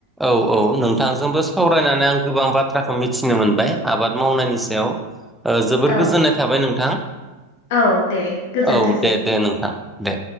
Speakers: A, in the centre; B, on the left.
A: औ औ नोंथांजोंबो सावरायनानै आं गोबां बाथ्राखौ मिथिनो मोनबाय आबाद मावनायनि सायाव ओ जोबोर
B: औ
A: गोजोननाय थाबाय नोंथां
B: औ दे गोजोनथोंसै
A: औ दे दे नोंथां दे